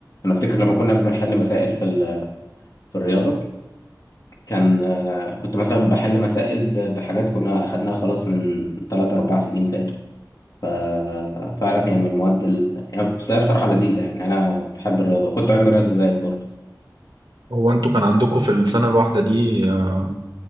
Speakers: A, on the left; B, on the right.
A: أنا أفتكر لما كنا بنحل مسائل في ال... في الرياضة كان كنت مثلا بحل مسائل ب... بحاجات كنا أخدناها خلاص من 3 أربع سنين فاتوا ففعلا هي من المواد ال... يعني بس هي بصراحة لذيذة يعني أنا بحب الرياضة وكنت علم رياضة زيك برضه
B: هو انتوا كان عندكم في السنة الواحدة دي آه،